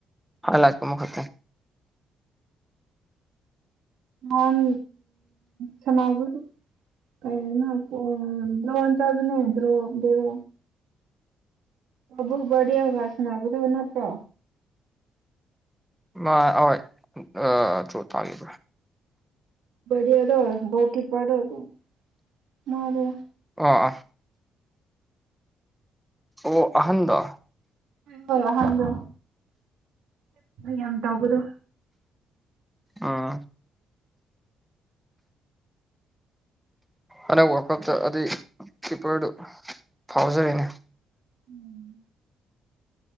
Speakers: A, in the centre; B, on the right.
A: ꯍꯂꯀ ꯃꯈ ꯈ
B: ꯎꯝ ꯁꯅꯥꯕ ꯀ ꯑꯣ ꯗ꯭ꯔꯣꯟ ꯆꯕꯅꯦ ꯭ꯔꯣ ꯑꯗꯨ ꯑꯕꯕꯨ ꯒ ꯁꯅꯥꯕ ꯊꯅ ꯍꯥꯠꯇ꯭ꯔꯣ
A: ꯃꯥ ꯍꯣꯏ ꯑ꯭ꯔ ꯊꯥꯗ꯭ꯔ
B: ꯗꯤꯗꯣ ꯥꯎꯀꯤ ꯄꯔ ꯑꯗꯨ ꯃꯥꯕꯨ
A: ꯑ ꯑ ꯑꯣ ꯑꯍꯟꯗ
B: ꯍ ꯍꯣꯏ ꯑꯍꯥꯟꯕꯦ ꯌꯥꯝ ꯇꯧꯕꯗꯣ
A: ꯑꯥ ꯑꯗꯛ ꯋꯥꯔꯜ ꯀꯞꯇ ꯑꯗꯨ ꯀꯤꯞꯄꯔꯗꯨ ꯐꯥꯎꯖꯔꯤꯅꯦ
B: ꯎꯝ